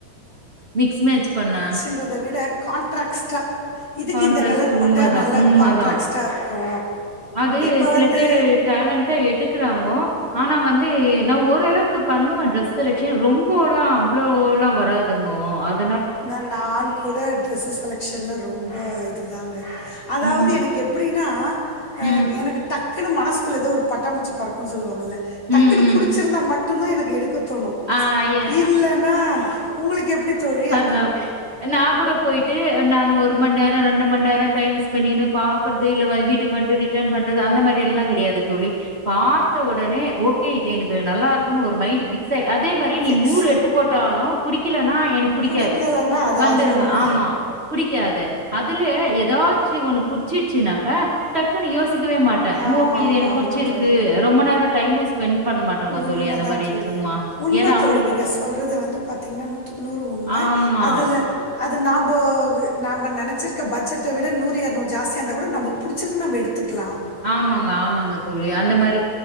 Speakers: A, on the right; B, on the left.
A: மிக்ஸ் மேட்ச் பண்ண
B: ன்றத விடக் கான்ட்ராக்ஸ்ட்டா இதுக்கு
A: கான்ட்ராஸ்ட்
B: இந்த கலர் போட்டா
A: உண்மதான்,
B: நல்லா
A: உண்மதான்.
B: கான்ட்ராக்ஸ்ட்டா இருக்கு
A: அது
B: இப்ப
A: சில
B: வந்து
A: பேரு டேலண்டா எடுக்கிறாங்கோ ஆனா வந்து நா ஓரளவுக் கு பண்ணுவ டிரெஸ் செலக்ஷன் ரொம்போலா அவ்ளோவோல வராதுங்கோ அத்
B: த நா கூட டிரெஸ்ஸு செலக்ஷன்ல ரொம்ப இதுதாங்க அதாவ்து
A: ம், ம்,
B: எனக்கு எப்டினா அ
A: ம்,
B: எனக்கு டக் க்குனு மனசுக்குள்ள ஏதொ ஒரு பட்டாம்பூச்சி பறக்கு சொல்வாங்கல்ல
A: ம்,
B: டக்குனு
A: ம்.
B: புடுச்சிருந்தா மட்டுந்தா எனக்கு எடுக்க தோணு
A: ஆ எ
B: இல்லனா உங்களுக்கு எப்டி தோழி அத்
A: த நா கூட போயிட்டு நானு ஒரு மண் நேர ரெண்டு மண் நேர டைம்ஸ் பெண்ணினு பாக்றது இல்ல வற வீட்டுக்கு வன்ட்டு ரிட்டர்ன் ப அதுதா அந்த மேரி எல்லா கிடையாது தோழி பாத்த உடனே ஓகே இது எனக்கு நல்லா இருக்குனு ஒரு மைண்ட் பிக்ஸ் ஆய்டு அதே மாரி நீ
B: ஃபிக்ஸ்
A: நூறு எத் த்து போட்டாலு இல்லனா எனக் புடிக்காது
B: புடிக்கலனா எனக்கு
A: வந்துருவே
B: புடிக்காது வந்துருவ
A: ஆமா புடிக்காது அதுல ஏதாவ் அ ச்சி ஒன்னு புட்ச்சிச்சினாக்கா டக்குனு யோசிக்கவே மாட் ட
B: ஆமா
A: ஓகே இது
B: ஆமா
A: எனக்கு புட்ச்சிருக்கு
B: ஆமா தோழி
A: ரொம்ப நேர டைமு ஸ்பெண்ட் பண்ண மாட்டோங்க
B: உண்மதா
A: தோழி அந்த மாரி
B: தோழி
A: சும்மா
B: உண்ம
A: ஏன்னா
B: தோழி
A: அவங்களுக்கு
B: நீங்க சொல்றது வந்து பாத்தீங்னா நூத்துக்கு நூறு உண்ம
A: ஆமா.
B: அதுல அது நாம்ப நாம நெனச்சிருக்க பட்ஜெட்ட விட நூறு இரநூறு ஜாஸ்தியா இருந்தா கூட நம்பளுக் புடிச்சிருக்குன நம்ப எடுத்துக்லா
A: ஆமாங்க ஆமாங்க தோழி அந்த மாரி